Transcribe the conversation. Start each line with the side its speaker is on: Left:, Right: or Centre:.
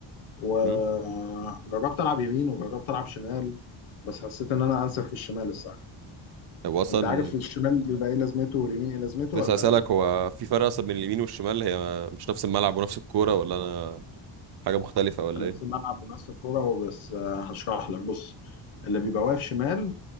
Left: وجربت
Right: امم
Left: العب يمين وجربت العب شمال بس حسيت ان انا انسب في الشمال الصراحه
Right: طب اصلا
Left: انت عارف الشمال بيبقى ايه لازمته واليمين ايه لازمته
Right: كنت
Left: ولا
Right: لسه هسألك هو في فرق أصلا بين اليمين والشمال هي مش نفس الملعب ونفس الكورة ولا أنا حاجة مختلفة ولا
Left: نفس
Right: إيه؟
Left: الملعب ونفس الكوره وبس آه، هشرح لك بص اللي بيبقى واقف شمال